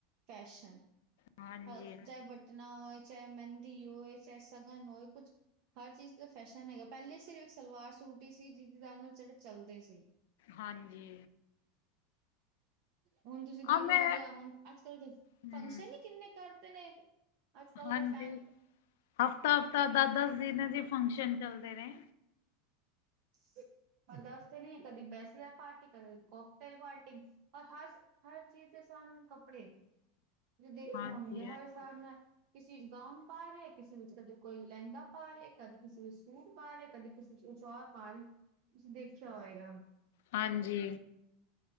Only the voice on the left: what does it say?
ਹਾਂਜੀ,
ਹਾਂਜੀ
ਆ ਮੈਂ
ਹੂੰ,
ਹਾਂਜੀ,
ਹਫ਼ਤਾ- ਹਫ਼ਤਾ, ਦਸ -ਦਸ ਦਿਨ ਜੇ ਫੰਕਸ਼ਨ ਚੱਲਦੇ ਨੇ
ਹਾਂਜੀ-ਹਾਂਜੀ।
ਹਾਂਜੀ